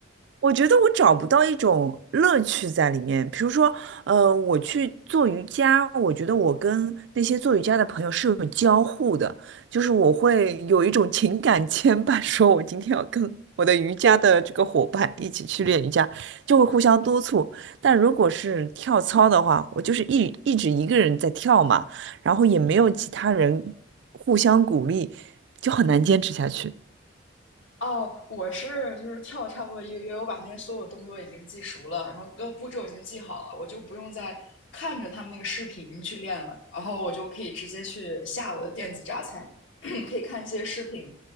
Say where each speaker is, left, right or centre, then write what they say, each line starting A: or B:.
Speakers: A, on the right; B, on the left.
A: 我觉得我找不到一种乐趣在里面。比如说，呃，我去做瑜伽，我觉得我跟那些做瑜伽的朋友是有交互的，就是我会有一种情感牵绊，说我今天要跟我的瑜伽的这个伙伴一起去练瑜伽，就会互相督促。但如果是跳操的话，我就是一一直一个人在跳嘛，然后也没有其他人互相鼓励，就很难坚持下去。
B: 哦，我是就是跳差不多一个月，我把那些所有动作已经记熟了，然后各个步骤已经记好了，我就不用再看着他们那个视频去练了，然后我就可以直接去下我的电子榨菜，<clears throat> 可以看一些视频、